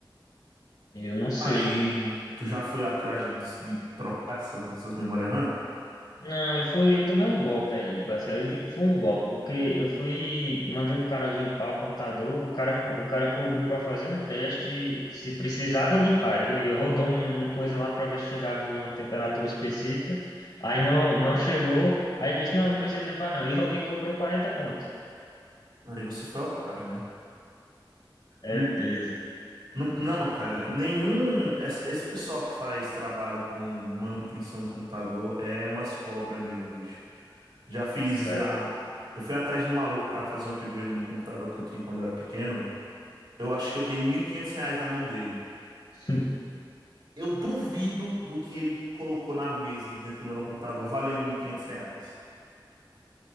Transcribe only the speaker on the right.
Aí, tu já foi atrás de, de trocar essas, essas memórias RAM?
Aí você foi otário, né?
Min-
Não, não, cara, nenhum. essa- Esse pessoal que faz trabalho com manutenção de computador é umas cobras mesmo, bicho. Já fiz,
já. Eu fui atrás de um maluco pra fazer um upgrade num computador que eu tinha quando eu era pequeno. Eu acho que eu dei 1.500 reais na mão dele.
Eu duvido do que ele colocou na mesa dentro do meu no computador. Valia mil e quinhentos reais.